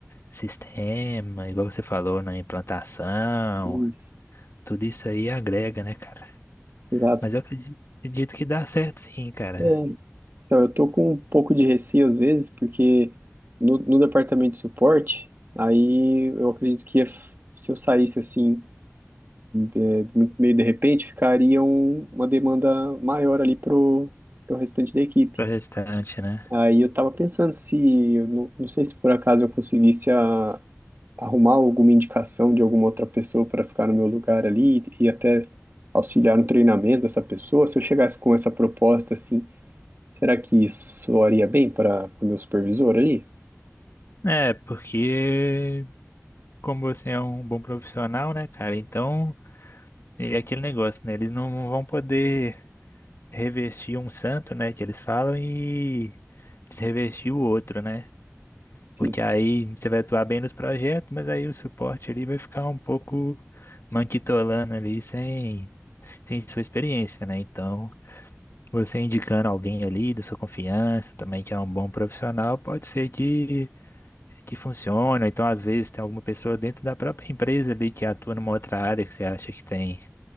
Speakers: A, on the left; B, on the right.
A: sistema, igual você falou, na implantação,
B: é isso,
A: tudo isso aí agrega, né, cara?
B: exato.
A: Mas eu acredi- acredito que dá certo sim, cara,
B: É, então, eu tô com um pouco de receio às vezes, porque no, no departamento de suporte, aí eu acredito que if- se eu saísse assim, é, muito- meio de repente, ficaria um- uma demanda maior ali pro, pro restante da equipe.
A: para restante, né?
B: Aí eu tava pensando se, eu não, não sei se por acaso eu conseguisse a- arrumar alguma indicação de alguma outra pessoa para ficar no meu lugar ali e, e até auxiliar no treinamento dessa pessoa. Se eu chegasse com essa proposta assim, será que isso soaria bem para o meu supervisor ali?
A: É, porque como você é um bom profissional, né, cara? Então, é aquele negócio, né? Eles não vão poder revestir um santo, né, que eles falam e desrevestir o outro, né? Porque
B: Sim.
A: aí você vai atuar bem nos projetos, mas aí o suporte ali vai ficar um pouco manquitolando ali sem, sem sua experiência, né? Então, você indicando alguém ali da sua confiança também, que é um bom profissional, pode ser que, que funcione. Ou Então, às vezes, tem alguma pessoa dentro da própria empresa ali que atua numa outra área que você acha que tem